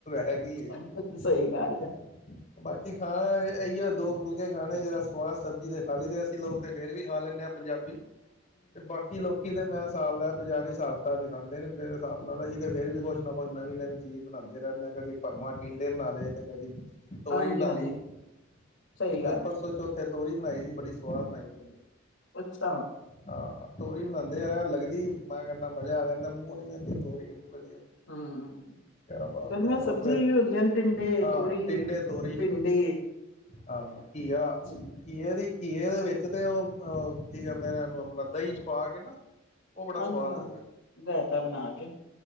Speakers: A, on the left; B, on the left.
A: ਹੈਗੀ
B: ਮੈਨੂੰ।
A: ਏ <unintelligible>
B: ਸਹੀ ਗੱਲ ਹੈ।
A: ਬਾਕੀ ਖਾਣਾ ਐਈਓ ਦੋ ਫੁਲਕੇ ਖਾਣੇ ਜਰਾ ਸਵਾਸ। ਸਬਜੀ ਤੇ ਖਾ ਲਈ ਦੇ ਅਸੀਂ ਲੋਕ ਤੇ ਫੇਰ ਵੀ ਖਾ ਲੈਂਣੇ ਆਂ ਪੰਜਾਬੀ। ਤੇ ਬਾਕੀ ਲੋਕੀ ਤੇ ਮੈਂ ਸਾਬ ਲਾਇਆ। ਬਜ਼ਾਰੀ ਹਿਸਾਬ ਤਾਬ ਈ ਖਾਂਦੇ ਨੇ ਮੇਰੇ ਸਾਬ ਨਾਲ, ਅਸੀਂ ਤੇ ਫੇਰ ਵੀ ਕੋਛ ਨਾ ਕੋਛ ਨਵੀਂ ਨਵੀਂ ਚੀਜ਼ ਬਣਾਂਦੇ ਰੈੰਦੇ ਆਂ ਕਦੀ ਭਰਮਾਂ ਟੀੰਡੇ ਬਣਾ ਲਏ ਤੇ ਕਦੀ ਤੋਰੀ
B: ਹਾਂਜੀ-ਹਾਂਜੀ
A: ਬਣਾ ਲਈ <inaudible>
B: ਸਹੀ ਗੱਲ
A: ਪਰਸੋ
B: ਐ,
A: ਚੌਥੇ ਤੋਰੀ ਬਣਾਈ ਸੀ ਬੜੀ ਸਵਾਦ ਬਣਾਈ ਮੰਮੀ ਨੇ
B: <unintelligible>
A: ਹਾਂ ਤੋਰੀ ਬਣਾਂਦੇ ਐ ਲੱਗਦੀ ਮੈ ਕੈਨਾ ਮਜ਼ਾ ਆ ਜਾਂਦਾ <unintelligible> ਮੂਔ ਨੀ ਲੈੰਦੀ ਤੋਰੀ ਇਨੀ ਵਧੀਆ
B: ਹੂੰ।
A: ਕਿਆ ਬਾਤ,
B: ਗਰਮੀਆਂ
A: ਐ ਹੋਰ
B: ਸਬਜ਼ੀਆਂ
A: ਫੇਰ
B: ਹੀ ਹੁੰਦੀਆਂ ਨੇ ਟਿੰਡੇ,
A: ਹਾਂ
B: ਤੋਰੀ,
A: ਟਿੰਡੇ ਤੋਰੀ,
B: ਭਿੰਡੀ
A: ਹਾਂ ਘੀਆ
B: ਹੂੰ
A: ਘੀਏ ਦੀ ਘੀਏ ਦੇ ਵਿਚ ਤੇ ਔ ਅਹ ਕੀ ਕੈੰਦੇ ਨੇ ਓਨੂੰ ਆਪਣਾ ਦਹੀਂ ਚ ਪਾ ਕੇ ਨਾ ਉਹ ਬੜਾ
B: ਹਾਂਜੀ
A: ਸਵਾਦ
B: ਹਾਂ,
A: ਲੱਗਦਾ
B: ਰੈਤਾ ਬਣਾ ਕੇ।